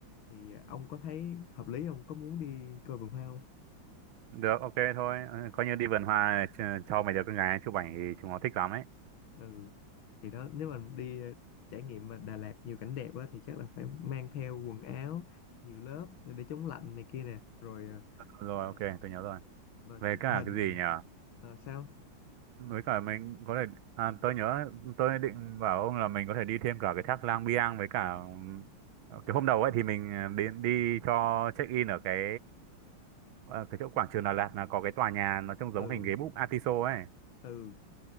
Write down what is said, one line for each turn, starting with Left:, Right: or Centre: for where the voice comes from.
Left: thì ờ, ông có thấy hợp lý không có muốn đi coi vườn hoa không?
Right: được ok thôi Ừ, coi như đi vườn hoa ch- cho mấy đứa con gái chụp ảnh thì chúng nó thích lắm ấy
Left: ừ thì đó nếu mà đi ờ, trải nghiệm mà Đà Lạt nhiều cảnh đẹp á thì chắc là phải mang theo quần áo nhiều lớp để chống lạnh này kia nè rồi ờ,
Right: rồi
Left: ờ,
Right: ok tôi nhớ rồi
Left: và
Right: về
Left: chụp
Right: cả
Left: hình
Right: cái gì nhỉ
Left: Ờ, sao
Right: với cả mình có thể à, tôi nhớ tôi định bảo ông là mình có thể đi thêm cả cái thác Lang Biang với cả ừm, cái hôm đầu ấy thì mình ờ, đi đi cho check in ở cái ờ, cái chỗ quảng trường Đà Lạt là có cái tòa nhà nó trông giống
Left: ừ
Right: hình ghế búp Atiso ấy
Left: ừ